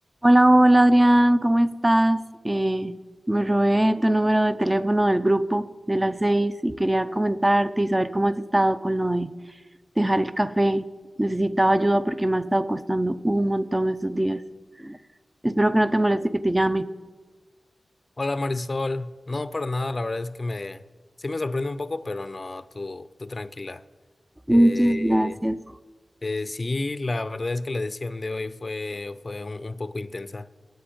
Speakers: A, on the right; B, on the left.
A: Hola, hola Adrián, ¿cómo estás? Eh, me robé tu número de teléfono del grupo de las seis y quería comentarte y saber cómo has estado con lo de dejar el café. Necesitaba ayuda porque me ha estado costando un montón estos días. Espero que no te moleste que te llame.
B: Hola Marisol, no para nada, la verdad es que me sí me sorprende un poco, pero no, tú, tú tranquila. Eh,
A: Muchas gracias.
B: eh, sí, la verdad es que la decisión de hoy fue, fue un, un poco intensa.